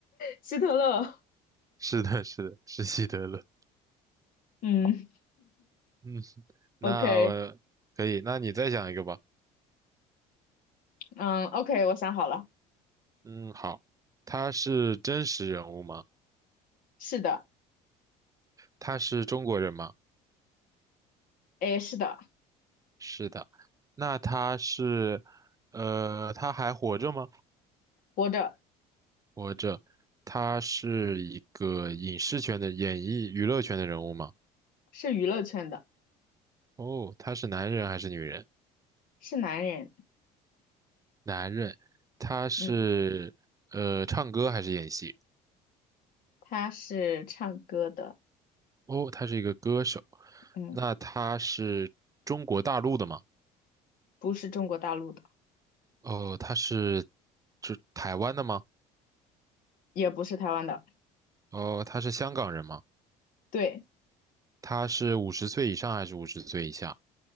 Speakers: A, on the left; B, on the right.
A: 希特勒？
B: 是的，是的，是希特勒。
A: 嗯
B: 嗯，那我可以，
A: ，OK，
B: 那你再讲一个吧。
A: 嗯，OK，我想好了，
B: 嗯，好，他是真实人物吗？
A: 是的，
B: 他是中国人吗？
A: 诶，是的，
B: 是的。那他是，呃，他还活着吗？
A: 活着，
B: 活着。他是一个影视圈的演艺娱乐圈的人物吗？
A: 是娱乐圈的，
B: 哦，他是男人还是女人？
A: 是男人，
B: 男人，他是呃唱歌还是演戏？
A: 嗯，他是唱歌的，
B: 哦，他是一个歌手。
A: 嗯，
B: 那他是中国大陆的吗？
A: 不是中国大陆的，
B: 哦，他是就台湾的吗？
A: 也不是台湾的，
B: 哦，他是香港人吗？
A: 对，
B: 他是五十岁以上还是五十岁以下？